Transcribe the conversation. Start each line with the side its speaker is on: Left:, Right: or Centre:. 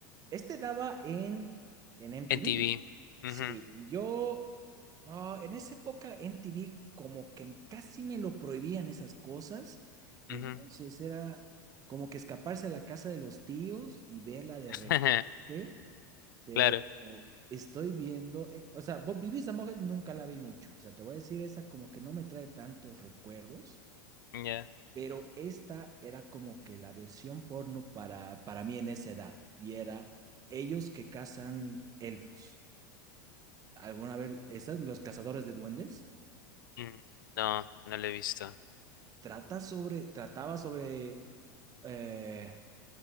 Right: Este daba en, en MTV.
Left: MTV.
Right: Sí,
Left: Ujú,
Right: yo ah, en esa época MTV como que casi me lo prohibían esas cosas. Entonces
Left: ujú.
Right: era como que escaparse a la casa de los tíos y verla de
Left: <laughs>
Right: repente. Pero
Left: Claro,
Right: estoy viendo, eh, o sea, Bob Bibi Mujer nunca la vi mucho. O sea, te voy a decir, esa como que no me trae tantos recuerdos.
Left: ya.
Right: Pero esta era como que la versión porno para, para mí en esa edad. Y era ellos que cazan elfos. ¿Alguna vez, estas, los cazadores de duendes?
Left: mm, No, no lo he visto.
Right: Trata sobre, trataba sobre, eh,